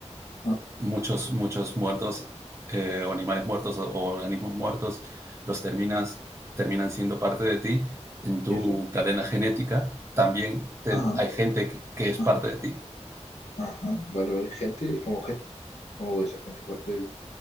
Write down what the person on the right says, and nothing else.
muchos, muchos muertos eh, o animales muertos o, o organismos muertos, los terminas, terminan siendo parte de ti en tu
cadena genética, también te,
hay gente que es
parte de ti.